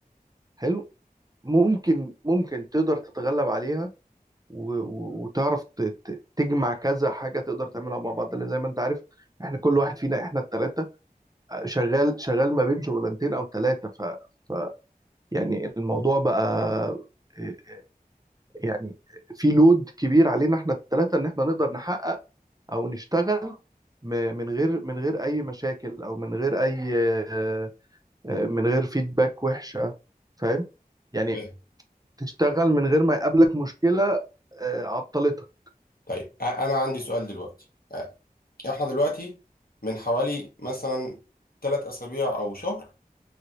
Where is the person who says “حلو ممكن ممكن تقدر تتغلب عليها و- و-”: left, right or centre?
Right